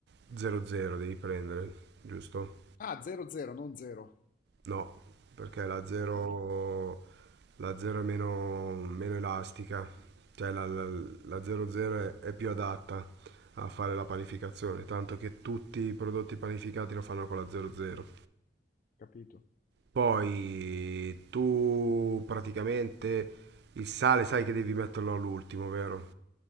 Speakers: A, on the right; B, on the left.
A: 00 devi prendere, giusto?
B: Ah, 00, non 0.
A: No, perché la 0
B: Ok,
A: la 0 è meno, meno elastica, cioè la, la, la 00 è, è più adatta a fare la panificazione, tanto che tutti i prodotti panificati lo fanno con la 00.
B: capito.
A: Poi tu praticamente il sale sai che devi metterlo all'ultimo, vero?